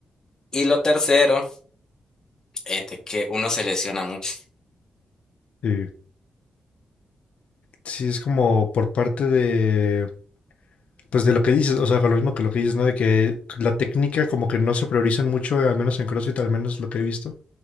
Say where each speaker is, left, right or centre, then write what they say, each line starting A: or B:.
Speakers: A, on the left (about 30°); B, on the left (about 70°).
A: Y lo tercero es de que uno se lesiona mucho.
B: sí. Sí, es como por parte de, pues de lo que dices, o sea, con lo mismo que lo que dices, ¿no? De que la técnica como que no se priorizan mucho, al menos en CrossFit, al menos lo que he visto,